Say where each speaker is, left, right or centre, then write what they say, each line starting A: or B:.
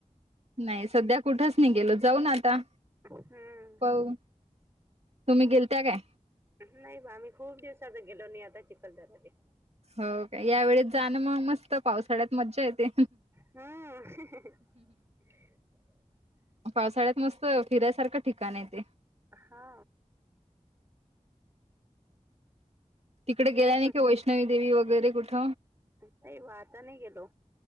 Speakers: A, on the right; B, on the right.
A: नाही सध्या कुठच नाही गेल जाऊन आता
B: हम्म
A: पाऊ तुम्ही गेलत्या काय?
B: नाही बा आम्ही खूप दिवसाच गेलो नाही आता चिखलदर्याले
A: हो का या वेळेेत जाणं मग मस्त पावसाळ्यात मज्जा येते.
B: हम.
A: पावसाळ्यात मस्त फिरायसारखं ठिकाण आहे ते
B: हा.
A: तिकडे गेल्या
B: सोबत
A: नाही का वैष्णवी देवी वगैरे कुठ.
B: नाही बा आता नाही गेलो